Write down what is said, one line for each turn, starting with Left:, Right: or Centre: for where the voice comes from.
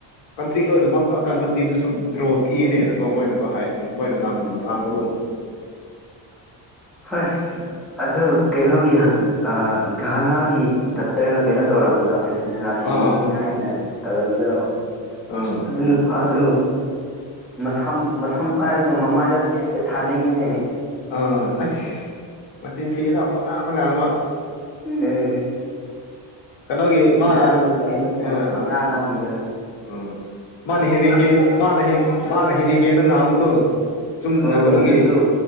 Left: ꯀꯟꯇ꯭ꯔꯤ ꯂꯣꯏꯅꯃꯛꯇ ꯑꯀꯟꯕ ꯇꯤꯝꯗꯁꯨ ꯗ꯭ꯔꯣ ꯀꯤꯌꯦꯅꯦꯅꯀꯣ ꯃꯣꯏꯅꯀꯣ ꯍꯥꯏ ꯃꯣꯏꯅ
Centre: ꯑꯗꯨꯅꯦ
Left: ꯉꯥꯡꯕꯗꯣ
Centre: ꯍꯣꯏ ꯑꯗꯨ ꯀꯩꯅꯣꯒꯤ ꯍ ꯑ ꯘꯥꯅꯥꯒꯤ ꯗꯥꯛꯇꯔꯅ ꯀꯩꯅꯣ ꯇꯧꯔꯝꯕꯗꯣ ꯍꯧꯖꯤꯛ ꯁꯟꯇꯤꯅꯥ ꯁꯤꯔꯅꯤ
Left: ꯑꯥ
Centre: ꯍꯥꯏꯅ ꯇꯧꯔꯝꯕꯗꯣ
Left: ꯑ
Centre: ꯑꯗꯨ ꯅꯨꯄꯥꯗꯨ ꯃꯁꯥꯝ ꯃꯁꯝ ꯐꯔꯒꯥ ꯃꯥꯏꯃꯥꯏꯗꯥ ꯁꯦꯠꯁꯦꯠ ꯊꯥꯅꯤꯡꯉꯤꯅꯦ
Left: ꯑꯥ ꯑꯁ ꯃꯆꯤꯟ ꯊꯤꯑꯦꯗ ꯄꯉꯥꯡꯗ ꯉꯥꯡꯕ
Centre: ꯑꯦ
Left: ꯀꯩꯅꯣꯒꯤ ꯃꯥꯅ
Centre: ꯉꯥꯡꯕ ꯌꯥꯏꯅꯦꯀꯣ
Left: ꯍꯦꯛ ꯑ
Centre: ꯄꯪꯉꯥꯡ ꯉꯥꯡꯉꯤꯗ
Left: ꯑꯝ ꯑ ꯃꯥꯅ ꯍꯦꯜꯂꯤꯀꯦꯟ ꯃꯥꯅ ꯍꯦꯟ ꯃꯥꯅ ꯍꯦꯜꯂꯤꯀꯦꯟꯗ ꯉꯥꯡꯕꯗꯣ ꯆꯨꯝ
Centre: ꯎꯝ
Left: ꯑ ꯀꯩꯅꯣꯒꯤ
Centre: ꯑꯗꯨꯁꯨ